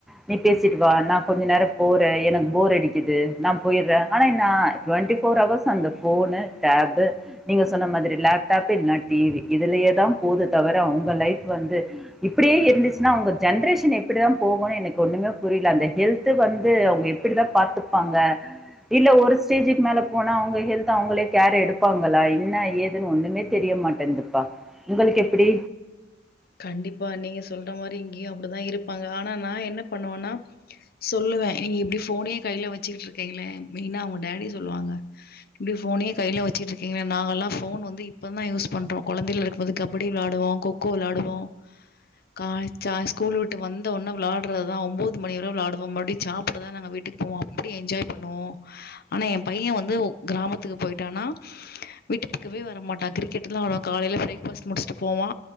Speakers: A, in the centre; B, on the left.
A: நீ பேசிட்டு வா நா கொஞ்ச நேர போற எனக்கு போர் அடிக்குது நா போயிர்ற ஆனா என்னா டுவெண்டி ஃபோர் அவர்ஸ் அந்த ஃபோனு டேபு நீங்க சொன்ன மாதிரி லேப்டாப் இல்னா டி வி இதா இதுலயே தா போது தவிர அவுங்க லைஃப் வந்து இப்படியே இருந்துச்சுனா அவுங்க ஜென்ரேஷன் எப்டி தா போகுனு எனக்கு ஒண்ணுமே புரில அந்த ஹெல்த்து வந்து அவுங்க எப்பிடிதா பாத்துப்பாங்க இல்ல ஒரு ஸ்டேஜுக்கு மேல போனா அவுங்க ஹெல்த் அவுங்களே கேர் எடுப்பாங்களா என்ன ஏதுனு ஒண்ணுமே தெரிய மாட்டேங்துப்பா உங்களுக்கு எப்பிடி
B: கண்டிப்பா நீங்க சொல்ற மாரி இங்கயு அப்டிதா இருப்பாங்க ஆனா நா என்ன பண்ணுவனா சொல் லுவ ஏங் இப்டி ஃபோனயே கைல வச்சுட்ருக்கிங்களே மெய்னா அவுங்க டேடி சொல்வாங்க இப்டி ஃபோனயே கை ல வச்சுட்ருக்கிங்ளே நாங்கலா ஃபோன் வந்து இப்பதா யூஸ் பண்றோம் கொழந்தைல இருக்கும்போது கபடி விளாடுவோ கொக்கோ விளாடு வோ கா சா ஸ்கூல் விட்டு வந்த உடன விளாடுறதுதா ஒம்போது மணி வர விளாடுவோ மறுபடி சாப்பிடதா நாங்க வீட்டுக் கு போவோ அப்பிடி என்ஜாய் பண்ணுவோ ஆனா எம் பைய வந்து கிராமத்துக்கு போய்ட்டானா வீட்டு பக்கமே வர மாட்டா கிரிக்கெட்தா அவ காலைல பிரேக்ஃபாஸ்ட் முடிச்ட்டு போவா